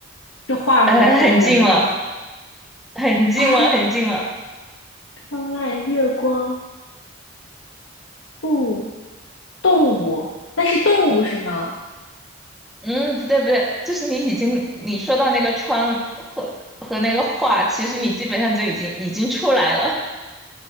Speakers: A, on the left; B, in the centre.
A: 是画和和人吗？
B: 呃，很近了，很近了，
A: 啊，
B: 很近了。
A: 窗外月光不动物，那是动物是吗？
B: 嗯，不对不对，就是你已经你说到那个窗和和那个画，其实你基本上就已经已经出来了。